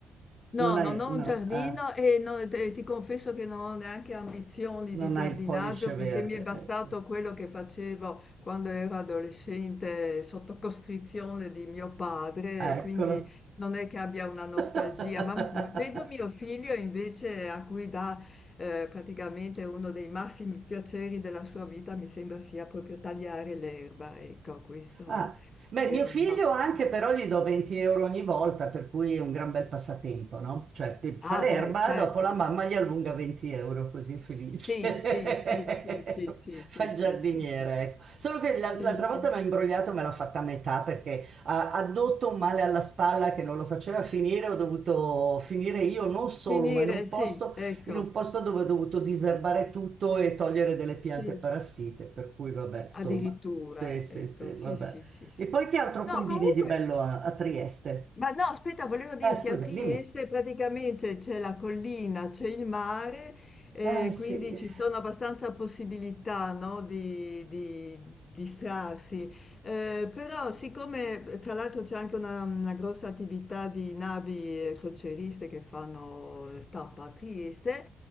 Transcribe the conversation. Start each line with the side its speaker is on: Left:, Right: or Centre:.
Left: No,
Right: non
Left: non
Right: hai,
Left: ho un
Right: no,
Left: giardino
Right: ah,
Left: e no- te- ti confesso che non ho neanche ambizioni di
Right: non
Left: giardinaggio
Right: hai il pollice
Left: perché
Right: verde,
Left: mi è bastato
Right: ecco.
Left: quello che facevo quando ero adolescente sotto costrizione di mio padre
Right: Eccolo.
Left: e quindi non è che abbia una nostalgia,
Right: <laughs>
Left: ma vedo mio figlio invece a cui dà eh, praticamente uno dei massimi piaceri della sua vita, mi sembra sia proprio tagliare l'erba, ecco, questo
Right: Ah. Beh,
Left: è
Right: mio
Left: un
Right: figlio
Left: must.
Right: anche però gli do 20 euro ogni volta, per cui è un gran bel passatempo, no? Cioè, pe- fa
Left: Ah,
Right: l'erba,
Left: beh, certo.
Right: dopo la mamma gli allunga 20 euro, così è felice.
Left: Sì, sì, sì, sì, sì,
Right: <laughs>
Left: sì,
Right: Fa
Left: sì,
Right: il
Left: sì,
Right: giardiniere,
Left: sì, sì.
Right: ecco. Solo che l'al-
Left: Sì,
Right: l'altra
Left: sì.
Right: volta mi ha imbrogliato, me l'ha fatta a metà perché ha addotto un male alla spalla che non lo faceva finire, ho dovuto finire io non solo,
Left: Finire,
Right: ma in un
Left: sì,
Right: posto,
Left: ecco,
Right: in un posto dove ho dovuto diserbare tutto e togliere delle piante
Left: sì,
Right: parassite, per cui vabbè, insomma.
Left: addirittura,
Right: Sì, sì,
Left: ecco,
Right: sì,
Left: sì,
Right: vabbè.
Left: sì, sì, sì.
Right: E poi che altro
Left: No,
Right: combini
Left: comunque,
Right: di bello a, a Trieste?
Left: Ma no, aspetta, volevo dirti,
Right: Eh, scusa,
Left: a Trieste
Right: dimmi.
Left: praticamente c'è la collina, c'è il mare, eh,
Right: Eh, sì.
Left: quindi ci sono abbastanza possibilità, no, di, di distrarsi. Eh, però siccome tra l'altro c'è anche una, una grossa attività di navi eh, crocieriste che fanno eh, tappa a Trieste,